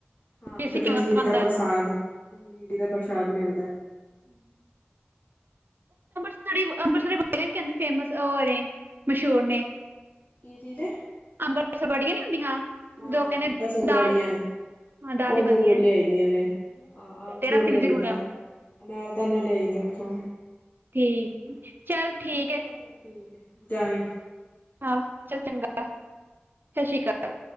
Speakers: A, on the left; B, on the right.
A: ਹਾਂ
B: ਦੇਸੀ
A: ਤੇ
B: ਕਿਉਂ
A: ਪੰਜੀਰੀ
B: ਬਣਦਾ
A: ਦਾ ਪ੍ਰਸ਼ਾਦ
B: ਹੈ
A: ਪੰਜੀਰੀ ਦਾ ਪ੍ਰਸ਼ਾਦ ਮਿਲਦਾ,
B: ਸਾਡੇ ਕਹਿੰਦੇ ਨੇ ਕਿ ਅੰਮ੍ਰਿਤਸਰ ਦੀਆਂ ਬੜੀਆਂ ਬਹੁਤ ਮਸ਼ਹੂਰ ਨੇ
A: ਕੀ ਚੀਜ਼
B: ਅੰਮ੍ਰਿਤਸਰ ਦੀਆਂ ਬੜੀਆਂ ਨੀ ਹੁੰਦੀਆਂ।
A: ਹਾਂ
B: ਜੋ ਕਹਿੰਦੇ
A: ਅੰਮ੍ਰਿਤਸਰ ਦੀਆਂ
B: ਦਾਲ
A: ਬੜੀਆਂ
B: ਦੀ ਹਾਂ ਦਾਲ
A: ਉਹ
B: ਦੀ ਬਣਦੀਆਂ
A: ਜ਼ਰੂਰ ਲਿਆਈ ਦੇਆਂ ਨੇ ਆਮਚੂਰ
B: ਤੇਰਾ ਰਸਤੇ
A: ਲਿਆਈ
B: ਵੀ ਜ਼ਰੂਰ
A: ਦਾ
B: ਲਿਆਵਾਂ
A: ਅਨਾਰਦਾਨਾ ਲਿਆਈ ਦਾ ਉੱਥੋਂ
B: ਠੀਕ, ਚਲ ਠੀਕ
A: ਚਲੋ ਠੀਕ ਹੈ। ਜਾਏ,
B: ਹਾ ਚੰਗਾ ਸਤਿ ਸ੍ਰੀ ਅਕਾਲ,